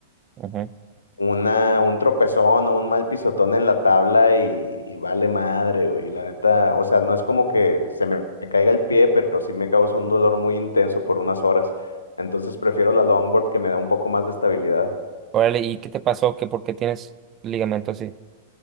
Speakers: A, on the right (about 30°); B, on the left (about 85°).
A: Ujú.
B: una, un tropezón o un mal pisotón en la tabla y, y vale madre, güey. La neta, o sea, no es como que se me, caiga el pie, pero sí me causa un dolor muy intenso por unas horas. Entonces prefiero la longboard que me da un poco más de estabilidad.
A: Órale. ¿Y qué te pasó? ¿Qué, por qué tienes ligamento así?